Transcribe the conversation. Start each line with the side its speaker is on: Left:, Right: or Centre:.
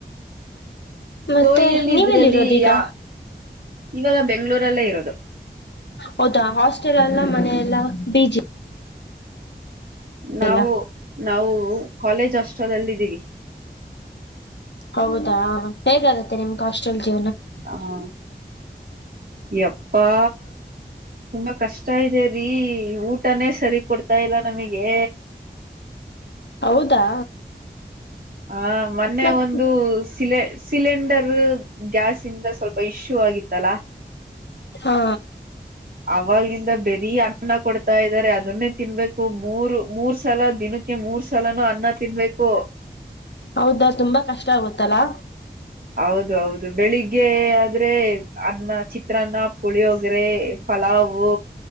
Left: ಮತ್ತೆ
Right: ಕೊಯಿಲ್
Left: ನೀವೆಲ್ಲಿರೋದೀಗ
Right: ಇದ್ರಲ್ಲಿ ಯ ಇವಾಗ ಬೆಂಗ್ಗಳೂರಲ್ಲೇ ಇರೋದು.
Left: ಹೌದಾ ಹಾಸ್ಟೆಲ್ ಎಲ್ಲ ಮನೆಯ ಎಲ್ಲಾ ಬೀಜಿ.
Right: ನಾವು
Left: ಎಲ್ಲ
Right: ನಾವು ಕಾಲೇಜ್ ಹಾಷ್ಟಲ್ಲ ಇದ್ದೀವಿ.
Left: ಹೌದಾ ಹೇಗಾಗತ್ತೆ ನಿಮ್ಗೆ ಹಾಸ್ಟೆಲ್ ಜೀವನ.
Right: ಹಾ ಎಪ್ಪಾ.... ತುಂಬಾ ಕಷ್ಟ ಇದೆ ಊಟನೇ ಸರಿ ಕೊಡ್ತಾ ಇಲ್ಲ ನಮಗೆ.
Left: ಹೌದಾ
Right: ಆ ಮೊನ್ನೆ
Left: ಮತ್
Right: ಒಂದು ಶಿಲೆ. ಸಿಲಿಂಡರ್ ಗ್ಯಾಸ್ ಇಂದ ಸ್ವಲ್ಪ ಇಶ್ಯೂ ಆಗಿತ್ತಲ್ಲಾ.
Left: ಹಾ
Right: ಅವಾಗಿಂದ ಬರೀ ಅನ್ನ ಕೊಡ್ತಾ ಇದ್ದಾರೆ ಅದನ್ನೇ ತಿನ್ಬೇಕು ಮೂರ್ ಮೂರ್ ಸಲ ದಿನಕ್ಕೆ. ಅ ಮೂರ್ ಸಲನು ಅನ್ನ ತಿನ್ಬೇಕು.
Left: ಹೌದಾ ತುಂಬಾ ಕಷ್ಟ ಆಗುತ್ತಲಾ.
Right: ಹೌದು ಹೌದು ಬೆಳಿಗ್ಗೆ ಆದ್ರೆ ಅನ್ನ ಚಿತ್ರಾನ್ನ ಪುಳಿಯೋಗ್ರೆ. ಪಲಾವು